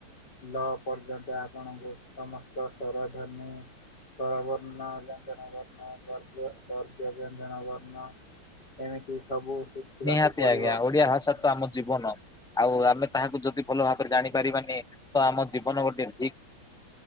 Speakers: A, on the left; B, in the centre.
A: ଲ ପର୍ଯ୍ୟନ୍ତ ଆପଣଙ୍କୁ ସମସ୍ତ ସ୍ଵରଧ୍ୱନୀ ସ୍ଵରବର୍ଣ୍ଣ ବ୍ୟଞ୍ଜନ ବର୍ଣ୍ଣ ବର୍ଗ-ବର୍ଗ ବ୍ୟଞ୍ଜନ ବର୍ଣ୍ଣ ଏମିତି ସବୁ ଶିଖିବାକୁ
B: ନିହାତି
A: ପଡ଼ିବ।
B: ଆଜ୍ଞା, ଓଡିଆ ଭାଷା ତ ଆମ ଜୀବନ। ଆଉ ଆମେ ତାହାକୁ ଯଦି ଭଲ ଭାବରେ ଜାଣି ପାରିବାନି ତ ଆମ ଜୀବନ ଗୋଟେ ଧିକ୍।